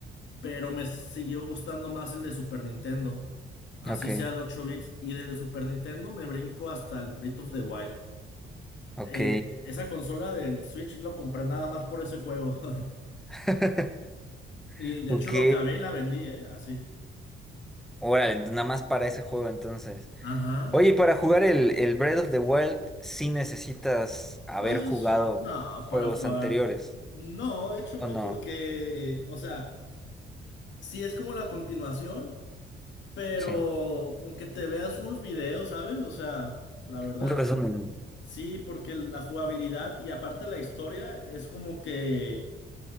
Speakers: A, on the left (about 70°); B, in the centre.
A: pero me siguió gustando más el de Super Nintendo. Así
B: ok,
A: sea de 8 bits. Y del de Super Nintendo me brinco hasta el Breath of the Wild.
B: ok.
A: Eh, esa consola del Switch lo compré nada más por ese juego. <laughs>
B: <laughs>
A: Y de
B: Ok.
A: hecho lo acabé y la vendí, ¿eh? Así.
B: Órale, nada más para ese juego entonces.
A: Ajá.
B: Oye, y para jugar el, el Breath of the Wild, sí necesitas haber
A: Pues
B: jugado
A: no, para
B: juegos
A: jugar.
B: anteriores,
A: No, de hecho
B: ¿o
A: no,
B: no?
A: porque, o sea, si es como la continuación. pero
B: Sí.
A: con que te veas unos videos, ¿sabes? O sea, la verdad,
B: Un resumen.
A: sí, porque el- la jugabilidad y aparte la historia es como que,